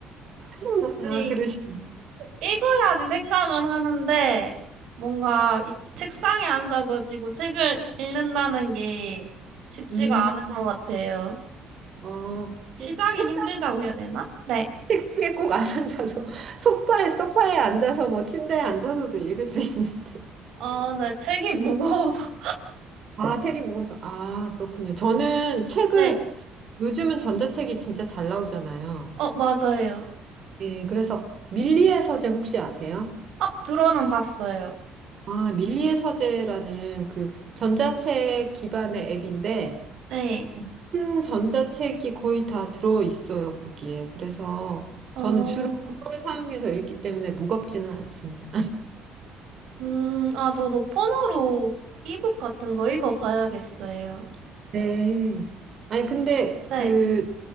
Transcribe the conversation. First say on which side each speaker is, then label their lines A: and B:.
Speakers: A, on the right; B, on the right.
A: <laughs> 아,
B: 아니,
A: 그러시군요.
B: 읽어야지 생각은 하는데, 뭔가 이 책상에 앉아가지고 책을 읽는다는 게 쉽지가
A: 음.
B: 않은 것 같아요.
A: 어,
B: 시작이
A: 책상,
B: 힘들다고 해야 되나? 네.
A: 책상에 꼭 안 앉아서, <laughs> 소파에, 소파에 앉아서, 뭐, 침대에 앉아서도 읽을 수 있는데.
B: 아, 네, 책이 무거워서.
A: 아, 책이 무거워서. 아, 그렇군요. 저는
B: <laughs>
A: 책을,
B: 네.
A: 요즘은 전자책이 진짜 잘 나오잖아요.
B: 어, 맞아요.
A: 예, 그래서 밀리의 서재 혹시 아세요?
B: 어, 들어는 봤어요.
A: 아, 밀리의 서재라는 그 전자책 기반의 앱인데,
B: 네.
A: 큰 전자책이 거의 다 들어있어요, 거기에. 그래서
B: 어,
A: 저는 주로 그걸 사용해서 읽기 때문에 무겁지는 않습니다.
B: 음, 아, 저도 폰으로 이북 같은 거 읽어봐야겠어요.
A: 네. 아니, 근데
B: 네,
A: 그